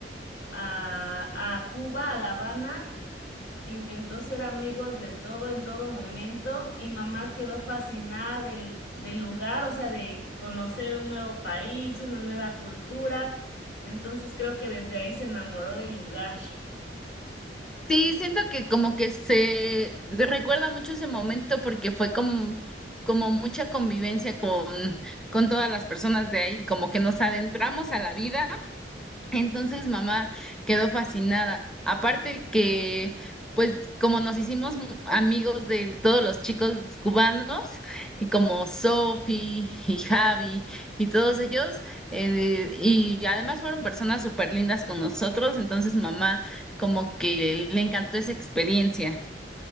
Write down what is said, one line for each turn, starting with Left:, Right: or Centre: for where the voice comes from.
Left: a, a Cuba, a La Habana, Intentó ser amigos de todo en todo momento y mamá quedó fascinada del, del lugar, o sea, de conocer un nuevo país, una nueva cultura. Entonces creo que desde ahí se enamoró del lugar.
Centre: Sí, siento que como que se recuerda mucho ese momento porque fue como, como mucha convivencia con, con todas las personas de ahí, como que nos adentramos a la vida Entonces mamá quedó fascinada. Aparte que, pues como nos hicimos m- amigos de todos los chicos cubanos, y como Sofi y Javi y todos ellos, eh, y además fueron personas súper lindas con nosotros, entonces mamá como que le encantó esa experiencia.